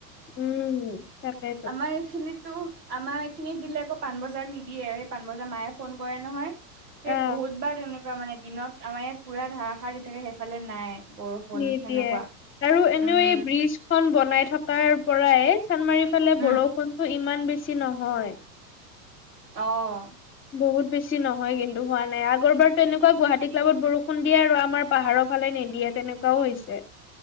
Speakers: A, on the left; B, on the right.
A: উম তাকে
B: আমাৰ এইখিনিতো আমাৰ এইখিনি দিলে আকৌ পাণবজাৰ নিদিয়ে সেই পাণবজাৰ মায়ে ফোন কৰে নহয় সেই
A: আহ
B: বহুত বাৰ তেনেকুৱা মানে দিনত আমাৰ ইয়াত পুৰা ধাৰাসাৰ দি থাকে সেইফালে নাই। বৰষুণ
A: নিদিয়ে
B: সেনেকুৱা
A: আৰু
B: উম
A: এনেও এই ব্ৰীজ খন বনাই থকাৰ পৰাই চান্দমাৰি ফালে
B: উম
A: বৰষুণটো ইমান বেছি নহয়
B: অ
A: বহুত বেছি নহয় কিন্তু হোৱা নাই আগৰ বাৰতো এনেকুৱা গুৱাহাটী ক্লাবত বৰষুণ দিয়ে আৰু আমাৰ পাহাৰৰ ফালে নিদিয়ে তেনেকুৱাও হৈছে।